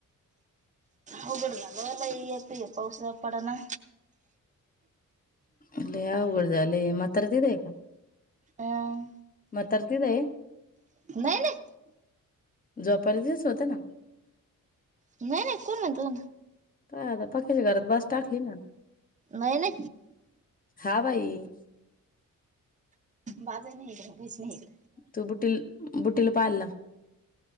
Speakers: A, on the right (about 25°); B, on the left (about 25°).
A: होगड झालला इ यत आहे पावस पड ना
B: अ याघड जाले मारत दय का
A: अं
B: मातर्त देे
A: नाही नाही
B: जोपारीच होत ना
A: नाही नाही कोण म्ह तो
B: काय आता पक्याच्या घरात बस टाकली ना
A: नाहीय ना
B: हा बाई
A: बाजे नाही कर कच नाही कर
B: तू बुटील बुटीील पालला